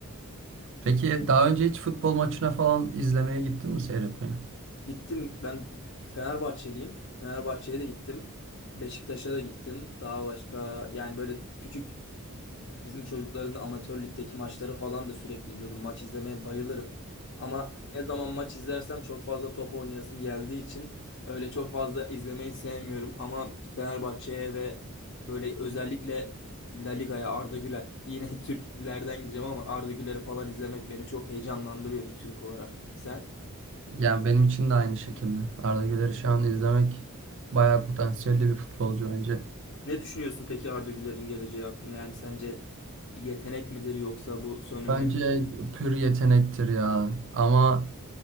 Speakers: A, on the right; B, on the left.
A: Peki daha önce hiç futbol maçına falan izlemeye gittin mi seyretmeye?
B: Gittim ben Fenerbahçeliyim. Fenerbahçe'ye de gittim. Beşiktaş'a da gittim. Daha başka yani böyle küçük Bizim çocukların amatör ligdeki maçları falan da sürekli izliyordum. Maç izlemeye bayılırım. Ama ne zaman maç izlersem çok fazla top oynayasım geldiği için öyle çok fazla izlemeyi sevmiyorum. Ama Fenerbahçe'ye ve böyle özellikle La Liga'ya Arda Güler. Yine <laughs> Türklerden gideceğim ama Arda Güler'i falan izlemek beni çok heyecanlandırıyor bir Türk olarak. Sen
A: Ya benim için de aynı şekilde. Arda Güler'i şu an izlemek bayağı potansiyelli bir futbolcu bence.
B: ne düşünüyorsun peki Arda Güler'in geleceği hakkında? Yani sence yetenek midir yoksa bu sönümlenen?
A: Bence pür yetenektir ya. Ama